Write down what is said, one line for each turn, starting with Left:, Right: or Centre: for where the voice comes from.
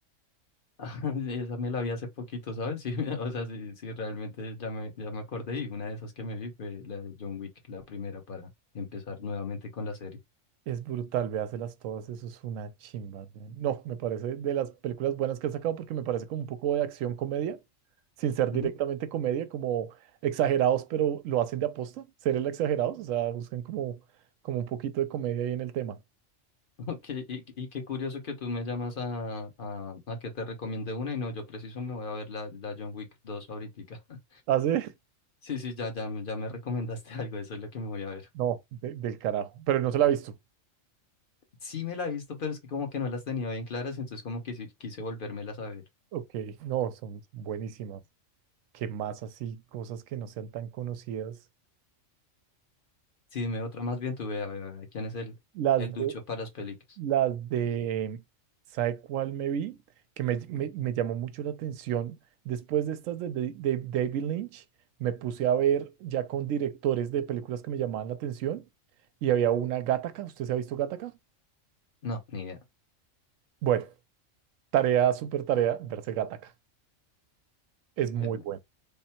Left: <laughs> Esa me la vi hace poquito, ¿sabes? Sí, <laughs> o sea, sí, sí, realmente ya me, ya me acordé y una de esas que me vi fue la de John Wick, la primera para empezar nuevamente con la serie.
Right: Es brutal, véaselas todas, eso es una chimba. ¿eh? No, me parece de las películas buenas que han sacado porque me parece como un poco de acción comedia, sin ser
Left: <laughs>
Right: directamente
Left: Ujú.
Right: comedia, como exagerados, pero lo hacen de aposta, ser el exagerados, o sea, buscan como, como un poquito de comedia ahí en el tema.
Left: Ok, y, y qué curioso que tú me llamas a, a, a que te recomiende una y no, yo preciso me voy a ver la, la John Wick dos ahorita. <laughs>
Right: Hace,
Left: Sí, sí, ya, ya, me- ya me recomendaste <laughs> algo, eso es lo que me voy
Right: <laughs>
Left: a ver.
Right: no, de- del carajo, pero no se la ha visto.
Left: Sí me la he visto, pero es que como que no las tenía bien claras, entonces como que sí, quise volvérmelas a ver.
Right: Ok, no, son buenísimas. ¿Qué más así? Cosas que no sean tan conocidas.
Left: Sí, dime otra más bien tuve. A ver, a ver, ¿quién es el,
Right: Las
Left: el
Right: de
Left: ducho para las películas?
Right: Las de, ¿sabe cuál me vi? Que me, me- me llamó mucho la atención. Después de estas de, de- de David Lynch, me puse a ver ya con directores de películas que me llamaban la atención. Y había una Gattaca. ¿Usted se ha visto Gattaca?
Left: No, ni idea.
Right: Bueno, tarea, súper tarea, verse Gattaca. Es muy
Left: De una.
Right: bueno.